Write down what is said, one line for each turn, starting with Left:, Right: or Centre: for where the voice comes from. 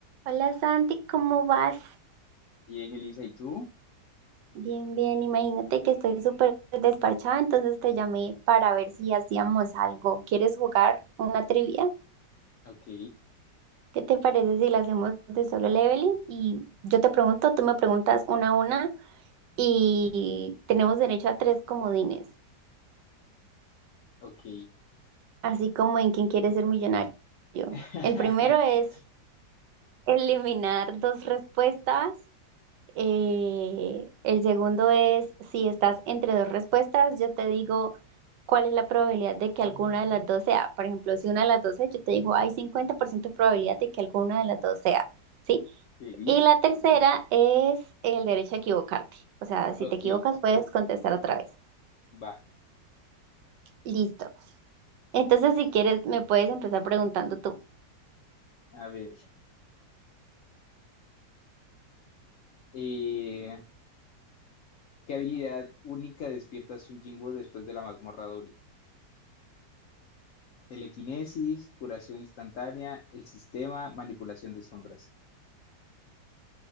Right: Hola Santi, ¿cómo vas?
Left: Bien, Elisa, ¿y tú?
Right: Bien, bien, imagínate que estoy súper desparchada, entonces te llamé para ver si hacíamos algo. ¿Quieres jugar una trivia?
Left: Ok,
Right: ¿Qué te parece si la hacemos de solo leveling? Y yo te pregunto, tú me preguntas una a una y tenemos derecho a tres comodines,
Left: ok.
Right: así como en quien quiere ser millonario.
Left: <laughs>
Right: El primero es eliminar dos respuestas Eh, el segundo es, si estás entre dos respuestas, yo te digo cuál es la probabilidad de que alguna de las dos sea. Por ejemplo, si una de las dos es, yo te digo, hay cincuenta por ciento de probabilidad de que alguna de las dos sea, ¿sí?
Left: Sí,
Right: Y la tercera es el derecho a equivocarte. O sea, si
Left: ok,
Right: te equivocas, puedes contestar otra vez.
Left: va.
Right: Listo. Entonces, si quieres, me puedes empezar preguntando tú.
Left: A ver. eh, ¿qué habilidad única despiertas un Jinwoo después de la mazmorra doble? Telequinesis, curación instantánea, el sistema, manipulación de sombras.